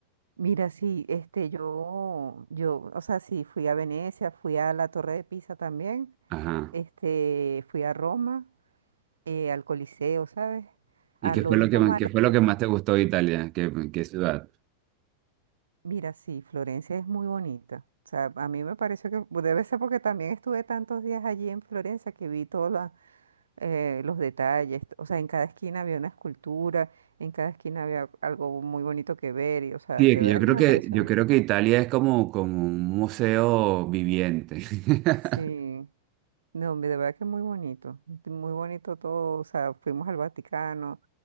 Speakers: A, on the right (about 70°); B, on the right (about 40°).
A: Mira, sí, este, yo, yo, o sea, sí, fui a Venecia, fui a la Torre de Pisa también.
B: ajá.
A: Este, fui a Roma, eh, al Coliseo, ¿sabes?
B: ¿Y
A: Ah,
B: qué
A: lo
B: fue
A: único
B: lo que más,
A: malo
B: qué fue lo
A: es
B: que más
A: que,
B: te gustó de Italia? ¿Qué, qué ciudad?
A: mira, sí, Florencia es muy bonita. O sea, a mí me pareció que pues, debe ser porque también estuve tantos días allí en Florencia que vi todos la- eh, los detalles. O sea, en cada esquina había una escultura, en cada esquina había algo muy bonito que ver. Y, o sea,
B: Sí, es
A: de
B: que
A: verdad
B: yo creo
A: que me
B: que,
A: pareció.
B: yo creo que Italia es como, como un museo viviente. <laughs>
A: Sí, no, hombre, de verdad que muy bonito. Muy bonito todo. O sea, fuimos al Vaticano.